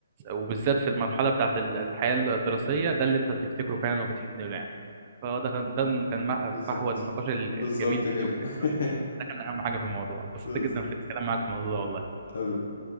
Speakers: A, on the right; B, on the left.
A: وبالذات في المرحلة بتاعت ال- الحياة الدراسية ده اللي انت بتفتكره فعلا وبتحن له يعني فده كان ده كان مع-
B: بالظبط
A: فحوى النقاش ال-
B: بالظبط
A: الجميل بيني
B: كده
A: وبينك
B: <laughs>
A: ده كان اهم حاجة في الموضوع اتبسطت
B: بالظبط
A: جدا في الكلام معاك في الموضوع ده والله
B: حبيبي